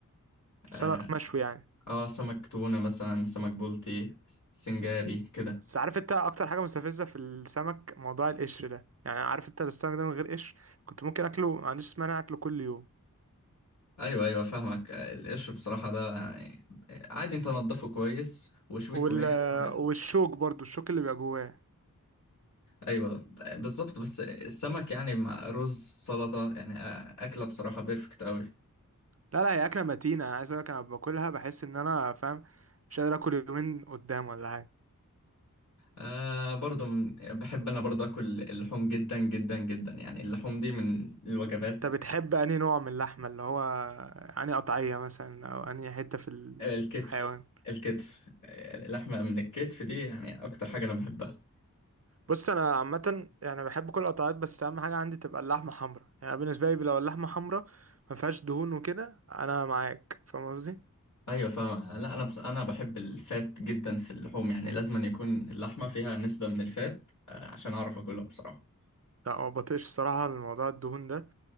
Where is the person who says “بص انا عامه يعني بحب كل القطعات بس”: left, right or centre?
Right